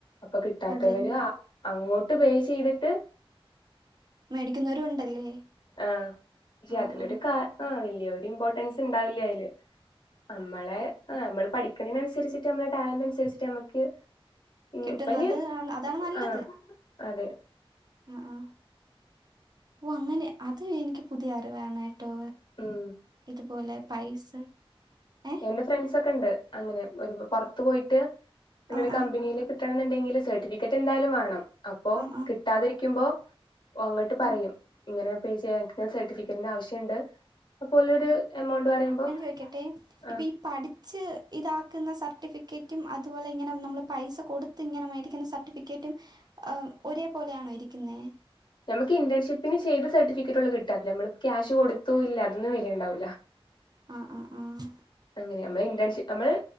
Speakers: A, on the left; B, on the right.
A: അപ്പൊ കിട്ടാത്തവര്
B: അതെല്ലേ
A: അങ്ങോട്ട് പേ ചെയ്തിട്ട്
B: മേടിക്കുന്നവരും ഉണ്ടല്ലേ?
A: ആഹ് പക്ഷെ
B: ആഹ്
A: അതിലൊരു
B: ആഹ്
A: ആഹ് വല്ല്യ ഒരു ഇമ്പോർട്ടൻസ് ഇണ്ടാവില്ല അതില് അമ്മളെ ആഹ് നമ്മള് പഠി ക്ക്ണേന് അനുസരിച്ചിട്ട് നമ്മളെ ടാലന്റ് അനുസരിച്ചിട്ട് നമ്മക്ക് ഉം
B: കിട്ടുന്നത്
A: ഇപ്പയിന്
B: ആ- അതാണ് നല്ലത്
A: ആഹ് അതെ
B: ആഹ് ആഹ് ഓഹ് അങ്ങനെ അത് എനിക്ക് പുതിയ അറിവാണ് കേ കേട്ടോ?
A: ഉം
B: ഇതു പോലെ പൈസ ഏഹ്
A: ഇന്റെ ഫ്രണ്ട്സക്കെ ഇണ്ട് അങ്ങനെ പൊറത്ത് പോയിട്ട് ഇങ്ങനെ
B: ആഹ്
A: ഒരു
B: ആഹ്
A: കമ്പനിയില് കിട്ട കിട്ടാണ് ഇണ്ടെങ്കിൽ സർട്ടിഫിക്കറ്റ് എന്തായാലും വേണം അപ്പോ
B: ആഹ് ആഹ്
A: കിട്ടാതിരിക്കുമ്പോ ഓ അങ്ങട്ട് പറയും
B: ആഹ്
A: ഇങ്ങനെ പേ ചെയ്യാ ഞങ്ങക്കിങ്ങനെ സർട്ടിഫിക്കറ്റിന്റെ ആവശ്യം ഇണ്ട്. അപ്പോ ഓലൊരു എമൗണ്ട് പറയുമ്പോ?
B: വെക്കട്ടെ?
A: ആഹ്
B: പഠിച്ച് ഇതാക്കുന്ന സർട്ടിഫിക്കറ്റും അതുപോലെ ഇങ്ങനെ നമ്മള് പൈസ കൊടുത്ത് ട്ത്ത് ഇങ്ങനെ മേടിക്കുന്ന സർട്ടിഫിക്കറ്റും ഒരേ പോലെയാണോ ഇരിക്കുന്നേ?
A: നമക്ക് ഇന്റേൺഷിപ്പിന് ചെയ്ത് സർട്ടിഫിക്കറ്റൊള്ളു കിട്ടാൻ. നമ്മൾ ക്യാഷ് കൊടുത്തൂ ഇല്ലാ അതൊന്നും വര്ല്ണ്ടാവൂല്ല
B: ആ ആ ആഹ് ആഹ്
A: അങ്ങനെ നമ്മൾ ഇന്റേൺഷിപ്പ് നമ്മള്